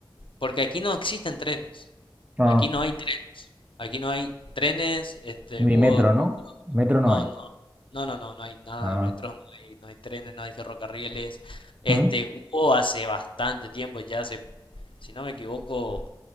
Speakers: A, on the left; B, on the right.
A: porque aquí no existen trenes.
B: Ah,
A: Aquí no hay trenes. Aquí no hay trenes, este,
B: ni
A: hubo,
B: metro, ¿no?
A: hubo-
B: Metro no
A: no,
B: hay.
A: no, no, no, no, no hay nada
B: Ah,
A: de metros, no hay, no hay trenes, no hay ferrocarriles. Este,
B: mm,
A: hubo hace bastante tiempo, ya hace, si no me equivoco,